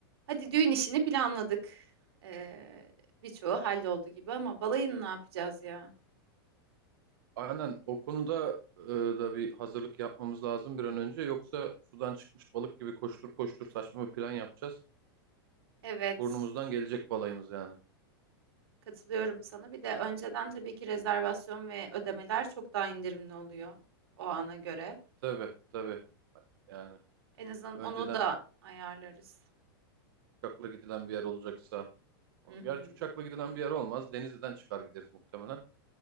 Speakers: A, on the right (about 80°); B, on the right (about 60°).
A: Hadi düğün işini planladık. Ee, birçoğu halloldu gibi ama balayını ne yapacağız ya?
B: Aynen o konuda e, da bir hazırlık yapmamız lazım bir an önce. Yoksa sudan çıkmış balık gibi koştur koştur saçma bir plan yapacağız.
A: Evet,
B: Burnumuzdan gelecek balayımız yani.
A: katılıyorum sana. Bir de önceden tabii ki rezervasyon ve ödemeler çok daha indirimli oluyor o ana göre.
B: Tabii tabii yani
A: En azından
B: önceden
A: onu da ayarlarız.
B: uçakla gidilen bir yer olacaksa.
A: Hı hı.
B: Gerçi uçakla gidilen bir yer olmaz. Denizli'den çıkar gideriz muhtemelen.